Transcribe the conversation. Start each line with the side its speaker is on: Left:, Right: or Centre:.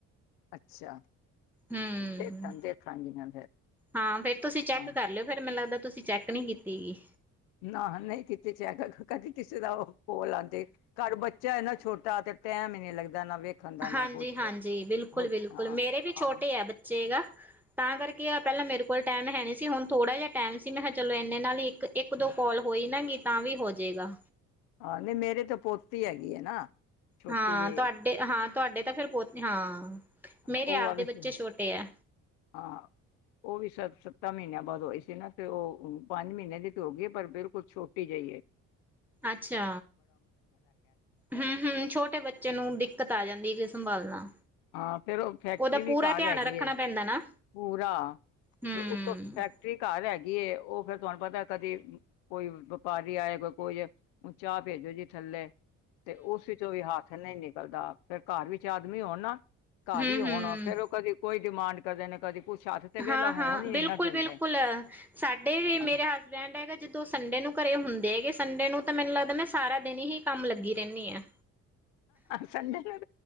Left: ਅੱਛਾ।
Centre: ਹੂੰ,
Left: ਦੇਖਾਂ ਦੇਖਾਂਗੀ ਮੈਂ ਫਿਰ
Centre: ਹਾਂ ਫੇਰ ਤੁਸੀਂ ਚੈੱਕ
Left: ਹਾਂ
Centre: ਕਰ ਲਿਓ, ਫੇਰ ਮੈਨੂੰ ਲੱਗਦਾ ਤੁਸੀਂ ਚੈੱਕ ਨਹੀ ਕੀਤੀ ਗੀ।
Left: ਨਾ-ਨਹੀਂ ਕੀਤੀ ਚੈਕ ਗਾ, ਕਦੀ ਕਿਸੇ ਦਾ ਉਹ ਕੋਲ ਆਉਂਦੇ, ਘਰ ਬੱਚੇ ਚੇ ਇਨ੍ਹਾਂ ਛੋਟਾ, ਤੇ ਟੈਮ ਇ ਨੀ ਲੱਗਦਾ ਨਾ ਵੇਖਣ ਦਾ ਨਾ
Centre: ਹਾਂਜੀ-ਹਾਂਜੀ,
Left: ਕੁਛ
Centre: ਬਿਲਕੁਲ
Left: ਬਹੁਤ
Centre: -ਬਿਲਕੁਲ,
Left: ਹਾਂ
Centre: ਮੇਰੇ ਵੀ
Left: ਹਾਂ
Centre: ਛੋਟੇ ਆ ਬੱਚੇ ਗਾ। ਤਾਂ ਕਰਕੇ ਆ, ਪਹਿਲਾਂ ਮੇਰੇ ਕੋਲ ਟਾਈਮ ਹੈ ਨਹੀਂ ਸੀ, ਹੁਣ ਥੋੜਾ ਜਿਹਾ ਟਾਈਮ ਸੀ, ਮੈਂ ਕਿਹਾ ਚਲੋ ਇੰਨੇ ਨਾਲ ਹੀ ਇੱਕ-ਦੋ ਕੋਲ ਹੋਈ ਨਾ ਤਾਂ ਵੀ ਹੋ ਜੇਏਗਾ।
Left: ਆਹ, ਨਹੀਂ ਮੇਰੇ ਤਾਂ ਪੋਤੀ ਹੈਗੀ ਹੈ ਨਾ। ਛੋਟੀ
Centre: ਹਾਂ,
Left: ਜਿਹੀ
Centre: ਤੁਹਾਡੇ ਹਾਂ ਤੁਹਾਡੇ ਤਾਂ ਫਿਰ ਪੋਤ ਹਾਂ। ਮੇਰੇ
Left: ਉਹ
Centre: ਆਪਦੇ
Left: ਆ ਸ,
Centre: ਬੱਚੇ ਛੋਟੇ ਐ
Left: ਹਾਂ ਉਹ ਵੀ ਸਭ ਸੱਤਾਂ ਮਹੀਨਿਆਂ ਬਾਅਦ ਹੋਈ ਸੀ ਨਾ, ਤੇ ਉਹ -ਉਹ ਪੰਜ ਮਹੀਨੇਂ ਦੀ ਤੇ ਹੋ ਗਈ ਐ, ਪਰ ਬਿਲਕੁਲ ਛੋਟੀ ਜਿਹੀ ਐ।
Centre: ਅੱਛਾ ਹੂੰ-ਹੂੰ, ਛੋਟੇ ਬੱਚੇ ਨੂੰ ਦਿੱਕਤ ਆ ਜਾਂਦੀ ਸੰਭਾਲਣਾ
Left: ਹਾਂ, ਫੇਰ ਉਹ ਫੈਕਟਰੀ
Centre: ਉਹਦਾ
Left: ਵੀ
Centre: ਪੂਰਾ
Left: ਘਰ
Centre: ਧਿਆਨ
Left: ਹੈਗੀ
Centre: ਰੱਖਣਾ
Left: ਐ।
Centre: ਪੈਂਦਾ ਨਾ
Left: ਪੂਰਾ,
Centre: ਹੂੰ-ਹੂੰ-ਹੂੰ।
Left: ਉਤੋਂ ਫੈਕਟਰੀ ਘਰ ਹੈਗੀ, ਉਹ ਫੇਰ ਤੁਹਾਨੂੰ ਪਤਾ, ਕਦੀ ਕੋਈ ਵਪਾਰੀ ਆਏ ਕੋ ਕੋਈ ਚਾਹ ਭੇਜੋ ਜੀ ਥੱਲੇ ਤੇ ਉਸ ਵਿੱਚੋਂ ਵੀ ਹੱਥ ਨਹੀਂ ਨਿਕਲਦਾ। ਫਿਰ ਘਰ ਵਿੱਚ ਆਦਮੀ ਹੋਣ ਨਾ ਘਰ
Centre: ਹੂੰ-ਹੂੰ
Left: ਹੀ ਆਣਾ, ਫੇਰ ਉਹ ਕਦੀ ਕੋਈ ਡਿਮਾਂਡ ਨੇ ਕਦੀ ਕੁਛ ਹੱਥ ਤੇ ਵਿਹਲਾ
Centre: ਹਾਂ
Left: ਹੋਣ
Centre: ਹਾਂ
Left: ਹੀ
Centre: ਬਿਲਕੁਲ
Left: ਨੀ ਨਾ ਦਿੰਦੇ
Centre: ਬਿਲਕੁਲ, ਸਾਡੇ ਵੀ
Left: ਹਾਂ
Centre: ਮੇਰੇ ਹਸਬੈਂਡ ਹੈਗਾ ਜਦੋਂ ਸੰਡੇ ਨੂੰ ਘਰੇ ਹੁੰਦੇ ਹੈਗੇ ਸੰਡੇ ਨੂੰ ਤਾਂ ਮੈਨੂੰ ਲੱਗਦਾ, ਮੈਂ ਸਾਰਾ ਦਿਨ ਹੀ ਕੰਮ ਲੱਗੀ ਰਹਿੰਨੀ ਆ।
Left: ਸੰਡੇ ਨੂੰ